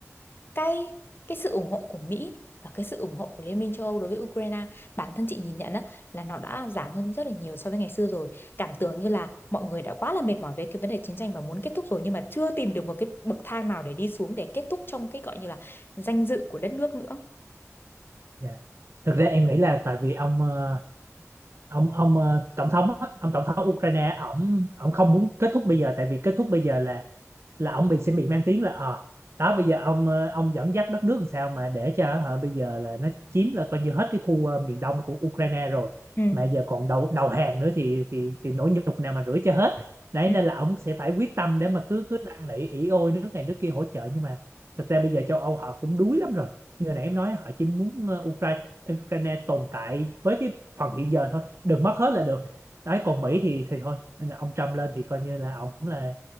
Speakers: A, on the left; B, on the right.
A: cái cái sự ủng hộ của Mỹ và cái sự ủng hộ của Liên minh châu Âu đối với Ukraine bản thân chị nhìn nhận á, là nó đã giảm hơn rất là nhiều so với ngày xưa rồi cảm tưởng như là mọi người đã quá là mệt mỏi về cái vấn đề chiến tranh và muốn kết thúc rồi nhưng mà chưa tìm được một cái bậc thang nào để đi xuống để kết thúc trong cái gọi như là danh dự của đất nước nữa
B: Dạ. thực ra em nghĩ là tại vì ông ờ, ông ông ờ, tổng thống á, ông tổng thống Ukraine ổng ổng không muốn kết thúc bây giờ tại vì kết thúc bây giờ là là ông bị sẽ bị mang tiếng là ờ đó bây giờ ông ờ, ông dẫn dắt đất nước làm sao mà để cho họ bây giờ là nó chiếm là coi như hết cái khu ờ, miền đông của Ukraine rồi
A: ừ.
B: mà giờ còn đầu đầu hàng nữa thì thì thì nỗi nhục nào mà rửa cho hết đấy
A: Ừ.
B: nên là ông sẽ phải quyết tâm để mà cứ cứ năn nỉ ỉ ôi nước này nước kia hỗ trợ nhưng mà thật ra bây giờ châu Âu họ cũng đuối lắm rồi như hồi nãy em nói họ chỉ muốn ờ, Ukraine Ukraine tồn tại với cái phần hiện giờ thôi đừng mất hết là được đấy còn Mỹ thì thì thôi ông Trump lên thì coi như là ông là